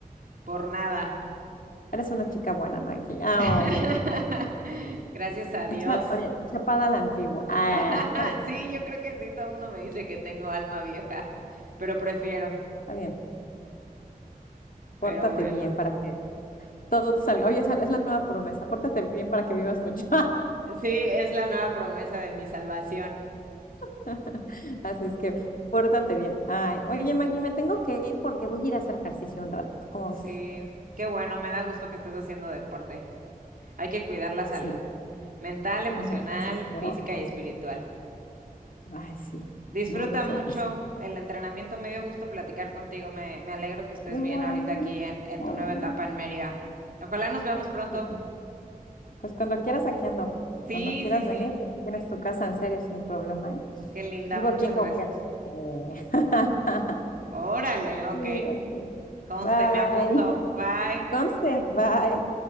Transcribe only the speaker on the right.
por nada.
<laughs> Gracias a Dios.
<laughs>
Sí, yo creo que sí, todo el mundo me dice que tengo alma vieja, pero prefiero,
pero
bueno.
Sí, es la nueva promesa de mi salvación.
Sí, qué bueno, me da gusto que estés haciendo deporte. Hay que cuidar la salud
mental, emocional,
física y espiritual.
Disfruta
mucho
el entrenamiento, me dio gusto platicar contigo, me, me alegro que estés
bien ahorita aquí en, en
tu nueva etapa en Mérida. Ojalá nos veamos pronto.
Sí,
sí, sí,
qué linda,
muchas
gracias.
Órale, ok.
Conste,
me apunto. Bye.